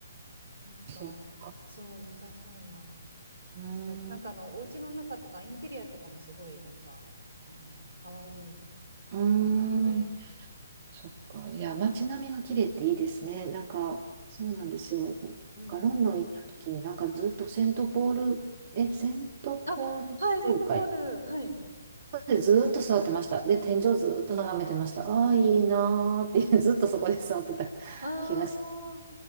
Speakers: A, on the right (about 65°); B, on the right (about 35°).
A: なんか、
B: そっか。
A: そう、良さそうな気がします。
B: うーん。
A: なんかあの、
B: う
A: お家の中とかインテリアとかもすごいなんか、可愛い
B: ーん。
A: みたいなので、
B: そっか。いや、街並みが綺麗っていいですね。なんか、そうなんですよ。なんかロンドン行った時に、
A: うんうん。
B: なんかずっとセントポール、え、セントポール教会
A: あ、はい、セントポール。はい。
B: でずっと座ってました。で、天井ずっと眺めてました。ああ、いいなーっていう、<laughs> ずっとそこで座ってた気がし
A: あ